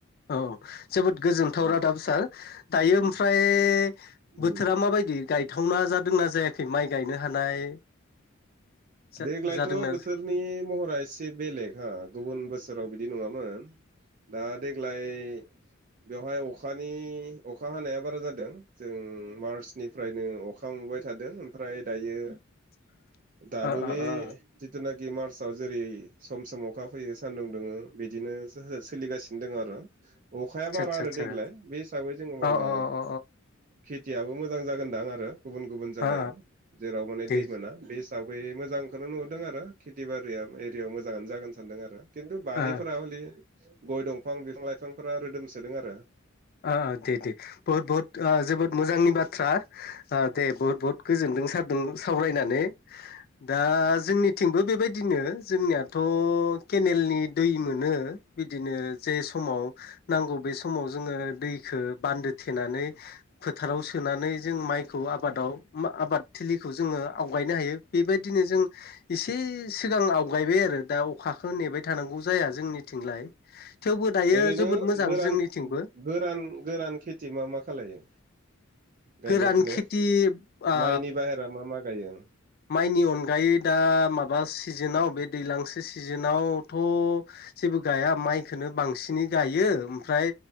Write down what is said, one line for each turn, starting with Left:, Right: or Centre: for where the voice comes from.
Left: औ जोबोद गोजोनथाव
Right: उम
Left: रादाब सार दायो
Right: उम
Left: ओमफ्राय
Right: उम
Left: बोथोरा माबायदि। दि गायथावना जादोंना जायाखै माइ गायनो हानाय। जा
Right: देग्लायथ'
Left: जादोंना
Right: बोथोरनि महरा एसे बेलेग हा गुबुन बोसोराव बिदि। बिदि नङामोन दा देग्लाय। बेवहाय अखानि अखा हानाया बारा जादों जों मार्चनिफ्रायनो अखा। नेबाय थादों ओमफ्राय दायो।
Left: <inaudible>
Right: दाब'
Left: ओ
Right: बे
Left: ओ
Right: जथना। बि मार्चआव जेरै सम सम अखा फैयो सानदुं दुङो बिदिनो सोलिगासिनो दङ आरो। अखाया
Left: आदसा
Right: बारा
Left: आदसा
Right: आरो
Left: आदसा
Right: देग्लाय बे हिसाबै जोङो मावला
Left: अ अ
Right: खोथियाबो मोजां जागोनदां आरो गुबुन गुबुन जायगायाव
Left: ओ
Right: जेराव माने
Left: दे
Right: दै मोना बे। दा बै मोजांखौनो नुदों आरो खेथि बारिया एरियायाव मोजाङानो जागोन सानदों आरो। खिन्थु बारिफोरा
Left: ओ
Right: हलि गय दंफां बिफां लाइफांफोरा रोदोमसोदों आरो।
Left: ओ दे दे बहुद बहुद ओ जोबोद मोजांनि बाथ्रा दे बहुद बहुत गोजोन्दों सार। सावरायनानै दा जोंनि। थिंबो बेबायदिनो जोंनियाथ' केनेलनि दै मोनो। बिदिनो जे समाव नांगौ बे समाव जोङो दैखौ‌ बान्दो थेनानै। फोथाराव सोनानै जों माइखौ आबादाव आबाद थिलिखौ जोङो आवगायनो हायो बेबायदि। बिदिनो जों इसे सिगां आवगायबाय आरो दा अखा। खौ नेबाय थानांगौ जाया जोंनिथिंलाय थेवबो दायो
Right: ओरैनो
Left: जोबोद मोजां
Right: गोरान
Left: जोंनिथिंबो।
Right: गोरान गोरान खेथि मा मा खालायो। गायनाय
Left: गोरान
Right: फुनायाव
Left: खेथि ओ
Right: माइनि बाहेरा मा मा गायो
Left: माइनि अनगायै दा माबा सिजोनाव बे दैज्लांसे सिजोनाव थ' जेबो गाया माइखौनो बांसिनै गायो ओमफ्राय